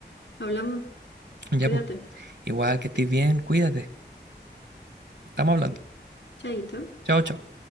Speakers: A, on the left; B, on the right.
A: Hablamos.
B: Ya,
A: Cuídate.
B: pues. Igual que estés bien, cuídate. Estamos hablando.
A: Chaito.
B: Chao, chao.